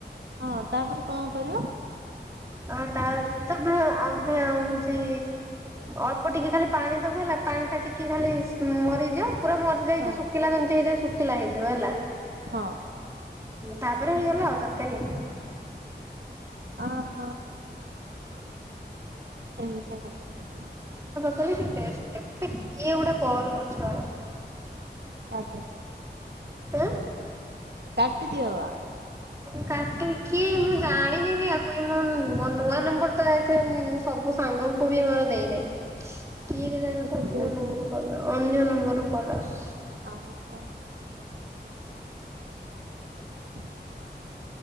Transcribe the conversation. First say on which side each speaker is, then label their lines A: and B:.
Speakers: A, on the right (about 70°); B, on the right (about 15°).
A: ହଁ ତାପରେ କଣ କରିବ?
B: ଅ ତା ତ ବ ଆଉ ବି ହୋଉଚି ଅଳ୍ପ ଟିକେ ଖାଲି ପାଣି ଦୋବୁ ହେଲ ତା ପାଣିଟା ଟିକେ ଖାଲି ଉଁ ମରିଯିବ ପୁରା ମରିଯାଇକି
A: ହଁ
B: ଶୁଖିଲା ଯେମତି ହେଇଯାଏ ଶୁଖିଲା ହେଇଯିବ ହେଲା।
A: ହ
B: ତାପରେ ହେଇଗଲା ଆଉ ତରକାରୀ।
A: ଅ ହଁ। ଏମତିଆ କଥା ତାହା
B: କେମିତି ଟେଷ୍ଟ <unintelligible> ଏଟା କିଏ ଗୋଟେ କଲ୍ କରଚି ରହ।
A: ଆ ତାଆ
B: ଉଁ
A: କାଟି ଦିଅବା।
B: କାଟିବି କିଏ ମୁଁ ଜାଣିନି ବି ଆକୁ ଇଏ ମୁଁ ମୋ ନୂଆ ନମ୍ବର ତ ଯା ଏଥିରେ ଉଁ ସବୁ ସାଙ୍ଗଙ୍କୁ ବି ମୋର ଦେଇନେଇ କିଏ କେଜାଣି
A: ଏବେ
B: ଏଟା ଅନ୍ୟ
A: ଦେଇଦିଅ
B: ନମ୍ବରରୁ କଲ ଅନ୍ୟ ନମ୍ବର୍ ରୂପଦାସ୍
A: ଆଉ କ <unintelligible>